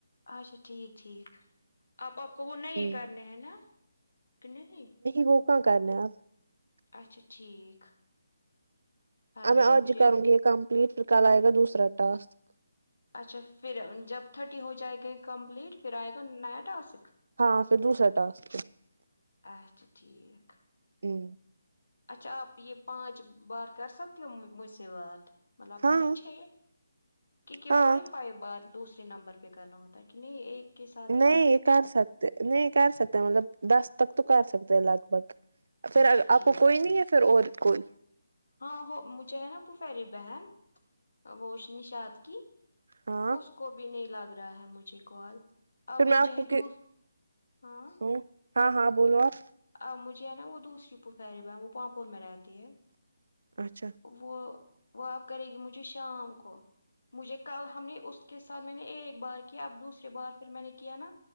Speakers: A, on the left (about 75°); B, on the right (about 65°).
A: اچھا ٹھیک ٹھیک آپ آپ کو وہ نہیں
B: ہے ہ
A: کرنے ہیں نا کہ نہیں
B: وہ کہاں کرنا ہے آپ
A: اچھا ٹھیک ہائے
B: اب
A: ہائے
B: میں آج
A: مجھے
B: کروں
A: اب
B: گی یہ کمپلیٹ پھر کل آئے گا دوسرا ٹاسک
A: اچھا پھر جب تھرٹی ہو جائے گی کمپلیٹ پھر آئے گا نیا ٹاسک
B: ہاں پھر دوسرا ٹاسک
A: اچھا ٹھیک
B: ہوں
A: اچھا آپ یہ پانچ بار کر سکتی ہو مجھ سے بات مطلب آپ
B: ہاں
A: کو نہیں چاہیے کیونکہ
B: ہاں
A: فائیو فائیو بار دوسرے نمبر پہ کرنا ہوتا ہے کہ نہیں ایک کے ساتھ ہی
B: نہیں یہ کر سکتے نہیں کر سکتے مطلب دس تک تو کر سکتے ہیں لگ بھگ پھر
A: اچھا
B: آ آپ
A: ٹھیک
B: کو کوئی نہیں ہے پھر اور کوئی
A: ہاں ہو مجھے ہے نا پھپری بہن وہ نشات کی
B: ہاں
A: اس کو بھی نہیں لگ رہا ہے مجھے کال اب
B: پھر میں
A: مجھے
B: آپ کو
A: دو ہاں
B: ہ ہاں ہاں بولو آپ
A: ا مجھے ہے نا وہ دوسری پھپیری بہن وہ پاپور میں رہتی ہے
B: اچھا
A: وہ وہ اب کرے گی مجھے شام کو مجھے کل ہم نے اس کے ساتھ میں نے ایک بار کیا اب دوسریے بار پھر میں نے کیا نا